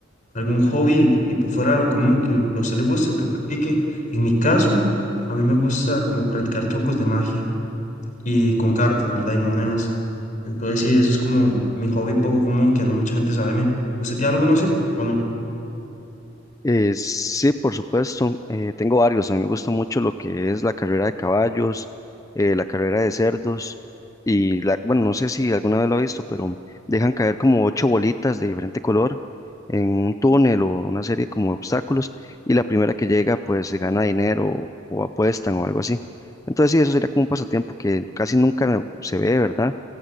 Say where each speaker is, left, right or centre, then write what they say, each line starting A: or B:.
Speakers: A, on the left; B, on the left.
A: algún hobby tipo fuera de lo común que a usted le guste o que practique. En mi caso, a mí me gusta como practicar trucos de magia y con cartas, ¿verdad? Y monedas. Entonces sí, eso es como mi hobby poco común que no mucha gente sabe de mí. ¿Usted tiene alguno así o no?
B: Eh, sí, por supuesto. eh, tengo varios. A mí me gusta mucho lo que es la carrera de caballos, eh, la carrera de cerdos y la, bueno, no sé si alguna vez lo he visto, pero dejan caer como ocho bolitas de diferente color en un túnel o una serie como de obstáculos y la primera que llega pues se gana dinero o, o apuestan o algo así. Entonces sí, eso sería como un pasatiempo que casi nunca se ve, ¿verdad?